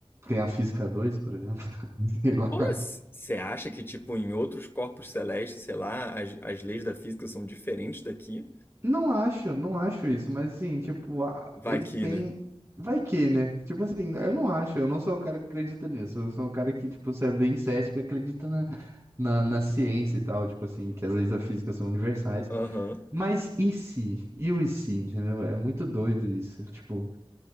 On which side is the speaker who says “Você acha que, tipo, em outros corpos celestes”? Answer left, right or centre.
Left